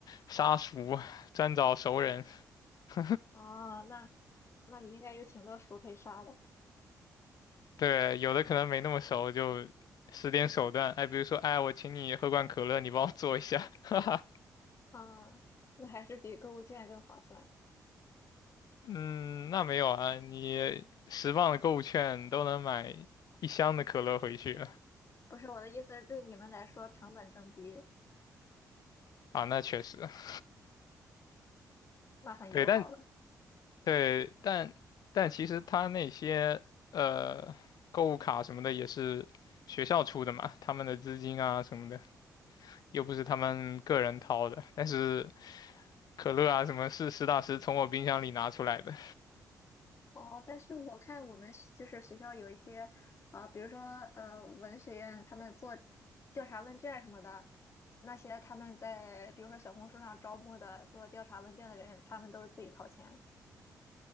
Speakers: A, on the left; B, on the left.
A: 杀熟，专找熟人。<laughs>
B: 哦，那那你应该有挺多熟可以刷的
A: 对，有的可能没那么熟，就使点手段。哎，比如说，哎，我请你喝罐可乐，你帮我做一下。<laughs> 哈哈，
B: 啊、那还是比购物券更划算。
A: 嗯，那没有啊，你十磅的购物券都能买一箱的可乐回去了。
B: 不是我的意思是对你们来说成本更低，
A: 啊，那确实，<laughs>
B: 那很友好了。
A: 对，但对，但但其实他那些呃购物卡什么的也是学校出的嘛，他们的资金啊什么的，又不是他们个人掏的。但是可乐啊什么是实打实从我冰箱里拿出来的。
B: 哦，但是我看我们学就是学校有一些啊、比如说呃文学院他们做调查问卷什么的。那些他们在比如说小红书上招募的做调查问卷的人，他们都是自己掏钱。